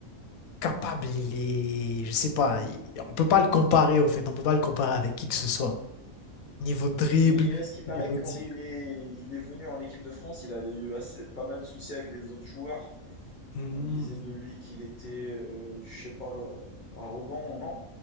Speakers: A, on the left (about 80°); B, on the left (about 45°).
A: capable. Il est, je sais pas, il- on peut pas le comparer, au fait. On peut pas le comparer avec qui que ce soit. Niveau dribble,
B: Mais à ce qui paraît,
A: niveau
B: quand
A: tir.
B: il est, il est venu en équipe de France, il avait eu assez, pas mal de soucis avec les autres joueurs.
A: Hmm.
B: On disait de lui qu'il était, euh, je sais pas, euh, arrogant, non?